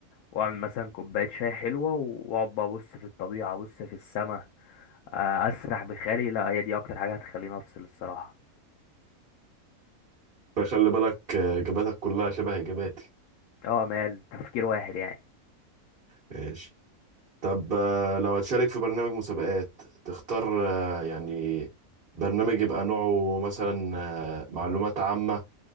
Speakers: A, on the left; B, on the right.
A: واعمل مثلا كوبايه شاي حلوه واقعد بقى ابص في الطبيعه ابص في السماء آه، اسرح بخيالي لا هي دي اكتر حاجه هتخليني افصل الصراحه
B: فخلي بالك آه، اجاباتك كلها شبه اجاباتي
A: اه مال تفكير واحد يعني
B: ماشي طب آه، لو هتشارك في برنامج مسابقات تختار آه، يعني برنامج يبقى نوعه مثلا آه، معلومات عامة